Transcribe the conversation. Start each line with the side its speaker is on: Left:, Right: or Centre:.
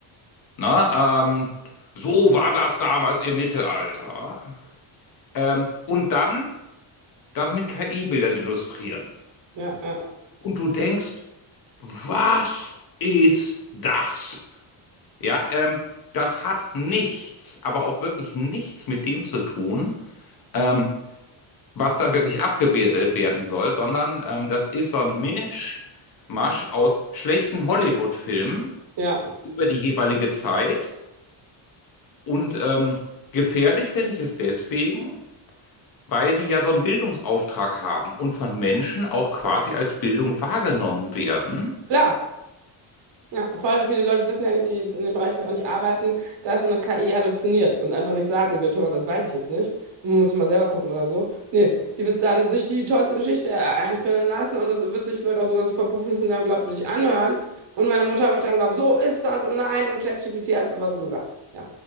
Left: Ne? Ähm, so war das damals im Mittelalter. Ähm, und dann das mit KI-Bildern illustrieren.
Right: Ja, ja,
Left: Und du denkst, was ist das? Ja, ähm, das hat nichts, aber auch wirklich nichts mit dem zu tun, ähm, was da wirklich abgebildet werden soll, sondern ähm, das ist so ein Mischmasch aus schlechten Hollywood-Filmen
Right: ja.
Left: über die jeweilige Zeit. Und ähm, gefährlich finde ich es deswegen, weil die ja so einen Bildungsauftrag haben und von Menschen auch quasi als Bildung wahrgenommen werden.
Right: Klar. Ja, voll viele Leute wissen ja nicht, die jetzt in dem Bereich auch nicht arbeiten, dass so eine KI halluziniert und einfach nicht sagen wird, hör mal, das weiß ich jetzt nicht. Muss mal selber gucken oder so. Nee, die wird dann sich die tollste Geschichte e-, einfüllen lassen und das wird sich vielleicht auch sogar super professionell und glaubwürdig anhören. Und meine Mutter wird dann glauben, so ist das und nein und ChatGPT hat es aber so gesagt. Ja,